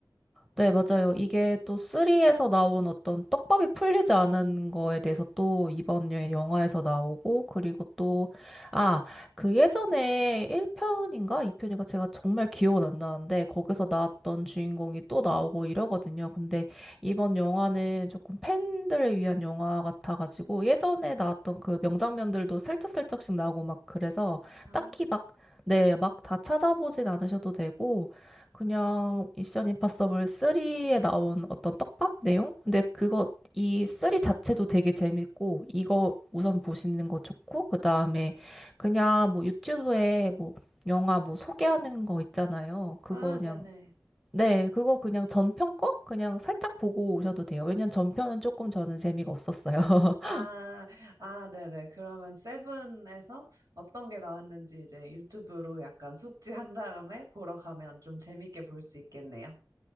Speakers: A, in the centre; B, on the right (about 55°).
A: 네, 맞아요. 이게 또 3에서 나온 어떤 떡밥이 풀리지 않은 거에 대해서 또 이번 여- 영화에서 나오고, 그리고 또, 아, 그 예전에 1편인가 2편인가 제가 정말 기억은 안 나는데, 거기서 나왔던 주인공이 또 나오고 이러거든요. 근데 이번 영화는 조금 팬들을 위한 영화 같아가지고, 예전에 나왔던 그 명장면들도 슬쩍슬쩍씩 나오고 막 그래서,
B: 아,
A: 딱히 막, 네, 막 다 찾아보진 않으셔도 되고, 그냥 미션 임파서블 3에 나온 어떤 떡밥 내용? 근데 그거 이 3 자체도 되게 재밌고 이거 우선 보시는 거 좋고 그다음에 그냥 뭐 유튜브에 뭐 영화 뭐 소개하는 거 있잖아요. 그거
B: 아,
A: 그냥
B: 네네.
A: 네, 그거 그냥 전편 거 그냥 살짝 보고 오셔도 돼요. 왜냐면 전편은 조금 저는 재미가 없었어요. <laughs>
B: 아, 아, 네네. 그러면 세븐에서 어떤 게 나왔는지 이제 유튜브로 약간 숙지한 다음에 보러 가면 좀 재밌게 볼 수 있겠네요.